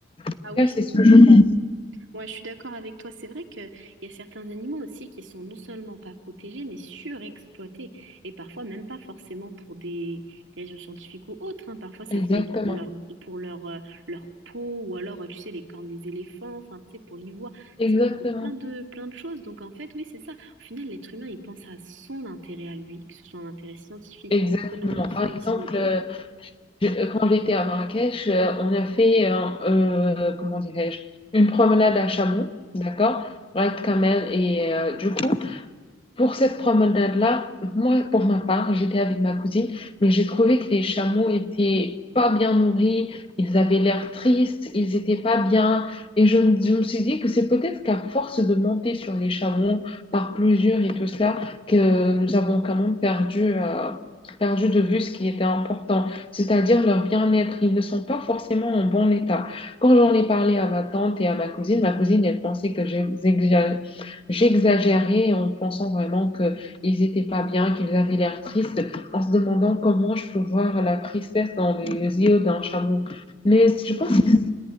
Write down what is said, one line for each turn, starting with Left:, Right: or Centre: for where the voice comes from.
Left: tout
Right: Ah oui,
Left: cas, c'est ce
Right: oui,
Left: que je pense.
Right: Ouais, je suis d'accord avec toi. C'est vrai qu'il y a certains animaux aussi qui sont non seulement pas protégés, mais surexploités. Et parfois, même pas forcément pour des raisons scientifiques ou autres. hein. Parfois, ça
Left: Exactement.
Right: peut être pour leur, pour leur, euh, leur peau ou alors, euh, tu sais, les cornes des éléphants, enfin, tu sais, pour l'ivoire.
Left: Exactement.
Right: C'est pour plein de, plein de choses. Donc, en fait, oui, c'est ça. Au final, l'être humain, il pense à son intérêt à lui, que ce soit un intérêt scientifique,
Left: Exactement.
Right: économique,
Left: Par
Right: financier
Left: exemple,
Right: ou
Left: euh,
Right: autre.
Left: je- quand j'étais à Marrakech, euh, on a fait, euh, euh, comment dirais-je, une promenade à chameau, d'accord? Raid Camel et euh, du coup, Pour cette promenade-là, moi, pour ma part, j'étais avec ma cousine, mais j'ai trouvé que les chameaux étaient pas bien nourris, ils avaient l'air tristes, ils étaient pas bien. Et je, me- je me suis dit que c'est peut-être qu'à force de monter sur les chameaux par plusieurs et tout cela, que nous avons quand même perdu, euh, perdu de vue ce qui était important, c'est-à-dire leur bien-être. Ils ne sont pas forcément en bon état. Quand j'en ai parlé à ma tante et à ma cousine, ma cousine, elle pensait que j'exagérais J'exagérais en pensant vraiment qu'ils n'étaient pas bien, qu'ils avaient l'air tristes, en se demandant comment je peux voir la tristesse dans les yeux d'un chameau. Mais je
Right: Mm.
Left: pense que